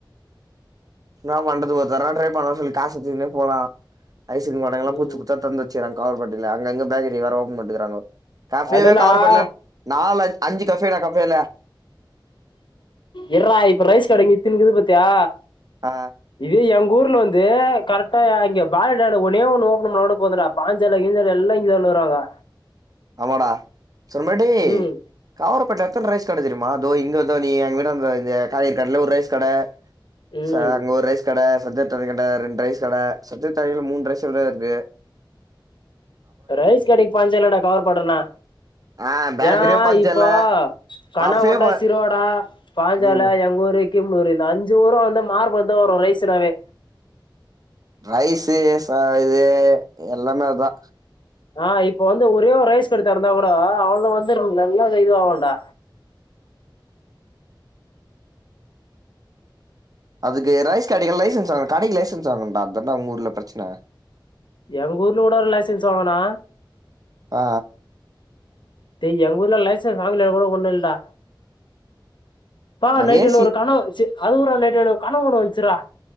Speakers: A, on the right; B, on the left.
A: என்னா பண்றது ஒரு தரவ ட்ரை பண்லான்னு சொல்லி காசு தூக்கினே போலா ஐஸ்கிரீம் கடைகிலா
B: ம்
A: புச்சுபுச்சா தொறந்து வெச்சுகராங்க கவர்பேட்டைல அங்க அங்க பேகரிங்க வேற ஓப்பன் பண்ட்டுகுறாங்கோ கஃபேவேக்
B: அதெல்லாம்
A: காவருப்பேட்லப் நாலஞ் அஞ்சு கஃபேடா கஃபேல
B: இர்றா இப்ப ரைஸ் கடைங்க இத்தினி இகுது பாத்தியா
A: ஆ
B: இதே எங்கூர்ல வந்து கரெக்டா அ இங்க <unintelligible> ஒன்னே ஒன்னு ஓப்பன் பண்ணாகூட போதுன்டா பாஞ்சால கீஞ்சால எல்லா இங்கேதாலு வருவாங்க
A: ஆமாடா சொன்ன மாரி டே
B: ம்
A: காவாருபேட்ல எத்தன ரைஸ் கட தெரியுமா தோ இங்க தோ நீ எங்க வீட்டான்ட தோ இந்த காய்கறி கட்ல ஒரு ரைஸ் கட
B: ம்
A: ச அங்க ஒரு ரைஸ் கட சத்தே ட்ரேனி கட ரெண் ரைஸ் கட சத்தே தாய மூன் ரைஸ் கட இருதே
B: ரைஸ் கடைக்கு பஞ்ச இல்லடா கவர் பேட்டனா
A: ஆ பேக்கரியு
B: ஏன்னா
A: பஞ்சல்ல
B: இப்போ கனங்கோட்ட
A: கஃபே ப
B: சிறுவோடா பாஞ்சால
A: ம்
B: எங்க ஊரு கிம்பூர் இந்த அஞ்சு ஊரு வந்து மாறுபடுதா வரு ரைஸுன்னாவே
A: ரைஸு ச இது எல்லாமே அதா
B: ஆ இப்ப வந்து ஒரே ஒரு ரைஸ் கட தெறந்தா கூட அவள்த வந்துரு நல்லது இதுவாவன்டா
A: அதுக்கு ரைஸ் கடைகு லைசன்ஸ் வாங்கனு கடைகு லைசன்ஸ் வாங்கன்டா அதான்டா உங்க ஊர்ல பிரச்சன
B: எங்க ஊர்ல கூட ஒரு லைசன்ஸ் வாங்கனா
A: ஆ
B: டேய் எங்கூர்ல லைசன்ஸ் வாங்கலனா கூட ஒன்னுல்டா பா
A: அங்க
B: நைட்ட
A: ஏ
B: என
A: சி
B: ஒரு கனவுச்சு அது கூற நைட்டெடு கனவு ஒன்னு வந்ச்சுறா